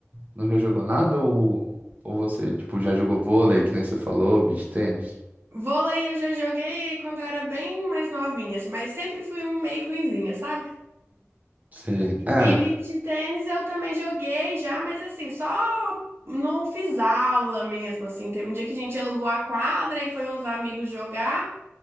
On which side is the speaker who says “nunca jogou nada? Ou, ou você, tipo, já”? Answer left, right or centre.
Right